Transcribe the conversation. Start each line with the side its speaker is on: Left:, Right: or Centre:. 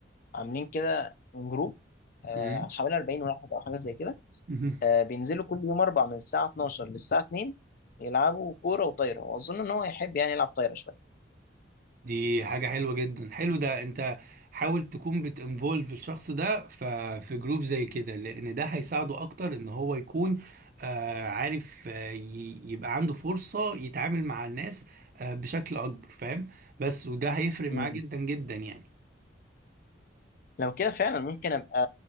Left: عاملين كده جروب آه
Right: مم.
Left: حوالي 40 واحد او حاجه زي كده
Right: <laughs>
Left: آه بينزلوا كل يوم اربع من الساعه 12 للساعه 2 يلعبوا كوره وطايره واظن ان هو يحب يعني يلعب طايره شويه
Right: دي حاجة حلوة جدا حلو ده انت حاول تكون بتinvolve الشخص ده ف- في جروب زي كده لان ده هيساعده اكتر ان هو يكون آه، عارف آه، ي- يبقى عنده فرصة يتعامل مع الناس آه، بشكل اكبر فاهم بس وده هيفرق معاه
Left: مم.
Right: جدا جدا يعني
Left: لو كده فعلا ممكن ابقى